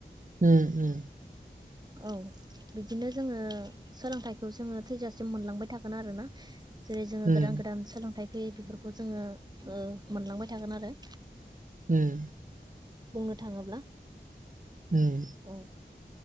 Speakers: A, on the right; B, on the right.
A: उम उम।
B: औ बिदिनो जोङो सोलोंथाइखौ जोङो थैजासिम मोनलांबाय थागोन आरोना जेरै जोङो
A: उम
B: गोदान गोदान सोलोंथाइ फैयो बेफोरखौ जोङो ओ मोनलांबाय थागोन आरो
A: उम
B: बुंनो थाङोब्ला
A: उम
B: औ